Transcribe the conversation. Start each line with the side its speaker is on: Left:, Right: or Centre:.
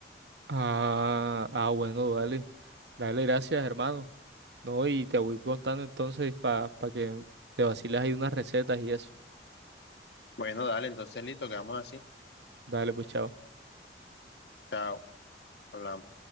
Right: Ah, ah, bueno, dale. Dale, gracias, hermano. No, y te voy contando entonces para que te vaciles ahí unas recetas y eso.
Left: Bueno, dale, entonces listo, quedamos así.
Right: Dale, pues, chao.
Left: Chao, hablamos.